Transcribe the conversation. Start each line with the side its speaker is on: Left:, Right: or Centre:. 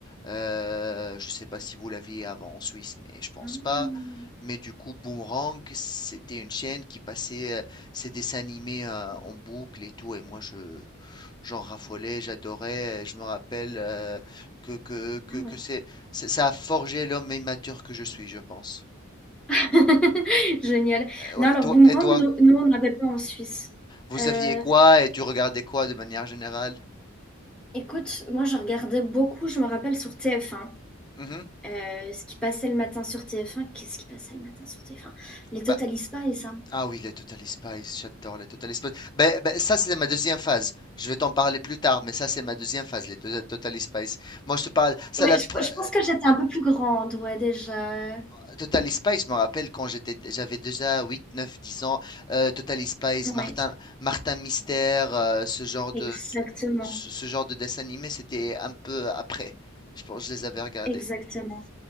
Left: Euh, je sais pas si vous l'aviez avant en Suisse, mais je pense
Centre: Ah,
Left: pas. Mais du coup, Boomerang, c'était une chaîne qui passait euh, ses dessins animés euh, en boucle et tout. Et moi, je, j'en raffolais, j'adorais. et Je me rappelle euh, que, que, que,
Centre: ah
Left: que
Centre: ouais.
Left: c'est, ça ça a forgé l'homme immature que je suis, je pense.
Centre: <laughs> Génial.
Left: Euh,
Centre: Non,
Left: ouais,
Centre: alors
Left: toi,
Centre: Boomerang,
Left: et toi?
Centre: nous, nous, on n'avait pas en Suisse.
Left: Vous
Centre: Euh,
Left: aviez quoi et tu regardais quoi de manière générale?
Centre: écoute, moi je regardais beaucoup, je me rappelle sur tf un,
Left: Mhm.
Centre: Euh, ce qui passait le matin sur tf un. qu'est-ce qui passait le matin sur tf un Les Total
Left: Bah,
Centre: Spies et ça.
Left: ah oui, les Total Spies, j'adore les Total Spies. Ben, ben, ça, c'est ma deuxième phase. Je vais t'en parler plus tard, mais ça, c'est ma deuxième phase, les To- Total Spies. Moi, je te parle, ça,
Centre: Ouais,
Left: la,
Centre: je,
Left: pre-
Centre: je pense que j'étais un peu plus grande, ouais, déjà.
Left: euh, Total Spies, je me rappelle quand j'étais, j'avais déjà huit, neuf, dix ans. euh, Total Spies,
Centre: Ouais,
Left: Martin, Martin Mystère, euh, ce genre de,
Centre: exactement.
Left: de- ce ce genre de dessin animé, c'était un peu après. Je pense que je les avais regardés.
Centre: Exactement.